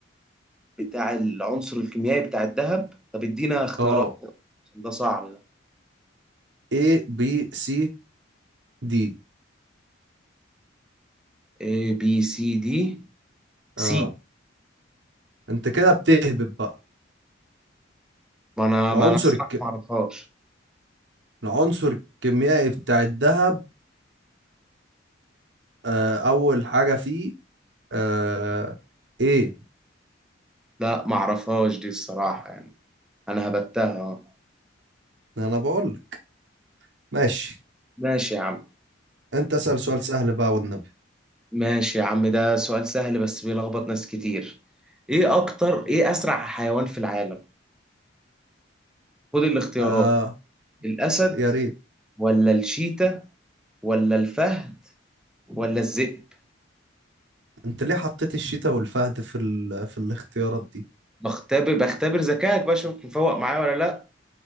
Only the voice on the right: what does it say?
اه
A B C دي
اه
انت كده بتهبط بقى
العنصر
الك...
العنصر الكيميائي بتاع الذهب آه اول حاجة فيه آه ايه
انا بقول لك ماشي
انت اسأل سؤال سهل بقى والنبي
آه
يا ريت
انت ليه حطيت الشتاء والفهد في ال... في الاختيارات دي